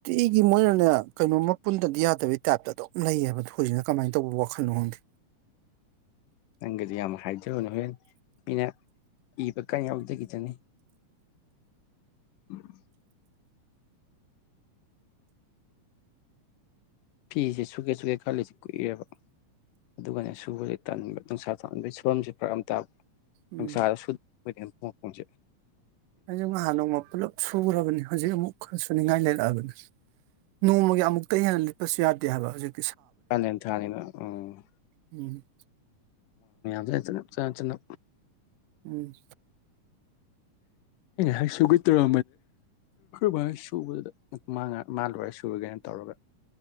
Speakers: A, on the right; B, on the left.
A: ꯑꯒꯤ ꯃꯣꯏꯅꯅꯦ ꯀꯩꯅꯣꯝꯃ ꯄꯨꯟꯗꯕꯗꯤ ꯌꯥꯗꯕꯩ ꯇꯥꯏꯞꯇ ꯑꯗꯨꯝ ꯂꯩꯌꯦꯕ ꯍꯧꯖꯤꯛꯅ ꯀꯃꯥꯏꯅ ꯇꯧꯕ ꯋꯥꯈꯜꯅꯣ ꯈꯪꯗꯦ
B: ꯅꯪꯒꯗꯤ ꯌꯥꯝ ꯍꯥꯏꯖꯔꯨ ꯅꯣꯔꯦꯟ ꯃꯤꯅ ꯏꯕ ꯀ ꯌꯥꯎꯗꯒꯈꯤꯆꯅꯤ ꯎꯝ ꯐꯤꯁꯦ ꯁꯨꯛꯀꯦ ꯁꯨꯀꯦ ꯈꯜꯂꯤꯁꯦ ꯀꯨꯏꯑꯕ ꯑꯗꯨꯒꯅꯦ ꯁꯨꯕꯁꯦ ꯇꯍꯟꯕ ꯅꯨꯡꯁꯥ ꯊꯥꯍꯟꯕꯒꯤ ꯁꯨꯕꯐꯝꯁꯦ ꯐꯔꯛ ꯑꯃ ꯇꯥꯕ
A: ꯎꯝ
B: ꯅꯨꯡꯁꯥꯗ ꯁꯨꯣꯡ ꯄꯨꯆꯠ
A: ꯑꯩꯁꯨ ꯅꯍꯥꯟ ꯅꯣꯡꯃ ꯄꯨꯜꯂꯞ ꯁꯨꯈ꯭ꯔꯕꯅꯤ ꯍꯧꯖꯤꯛ ꯑꯃꯨꯛ ꯈꯔ ꯁꯨꯅꯤꯡꯉꯥꯏ ꯂꯩꯔꯛꯑꯕꯅꯤ ꯅꯣꯡꯃꯒꯤ ꯑꯃꯨꯛꯇ ꯍꯦꯟꯅ ꯂꯤꯠꯄꯁꯨ ꯌꯥꯗꯦ ꯍꯥꯏꯕ ꯍꯧꯖꯤꯛꯇ
B: ꯊꯅ ꯊꯅꯤꯅꯣ ꯎꯝ
A: ꯎꯝ
B: ꯆ ꯆ ꯆꯅ
A: ꯎꯝ
B: ꯍꯁꯨꯒꯠꯇꯔ ꯃ ꯁꯨꯕꯗꯨꯗ ꯃꯥ ꯃꯥ ꯂꯣꯏꯔ ꯁꯨꯔꯒꯦꯅ ꯇꯧꯔꯒ